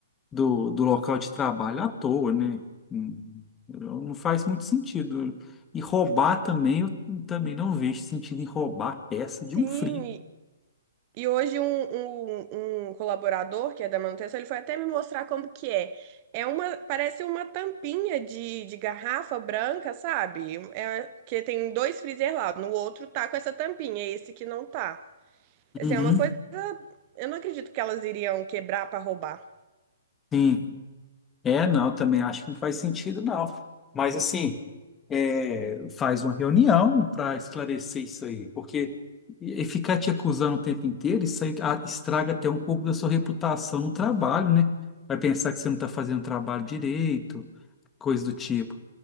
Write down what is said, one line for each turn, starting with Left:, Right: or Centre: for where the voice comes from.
Left: do, do local de trabalho à toa, né? Hum, Não faz muito sentido. E roubar também, eu também não vejo sentido em roubar peça de
Right: Sim,
Left: um frio.
Right: e e hoje um, um, um colaborador que é da manutenção, ele foi até me mostrar como que é. É uma, parece uma tampinha de, de garrafa branca, sabe? É, que tem dois freezer lá, no outro tá com essa tampinha, é esse que não tá. Assim,
Left: Uhum.
Right: é uma coisa, eu não acredito que elas iriam quebrar para roubar.
Left: Sim. É, não, também acho que não faz sentido, não. Mas, assim, é, faz uma reunião para esclarecer isso aí, porque e e ficar te acusando o tempo inteiro, isso aí ah, estraga até um pouco da sua reputação no trabalho, né? Vai pensar que você não está fazendo o trabalho direito, coisa do tipo.